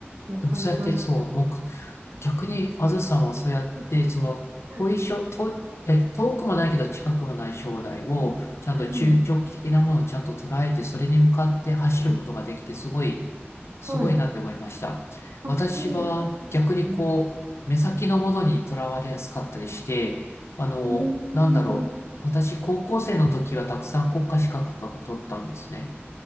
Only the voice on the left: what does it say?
でもそうやって、そう、僕、逆に、あずさんはそうやって、
その、
遠いしょ、遠、え、遠くもないけど近くもない将来を、
ちゃんと中長期的なものをちゃんと捉えて、
それに向かって走ることができて、
すごい、すごいなって思いました。
私は逆にこう、
目先のものにとらわれやすかったりして、あの、
なんだろう。私、高校生の時はたくさん国家資格とか取ったんですね。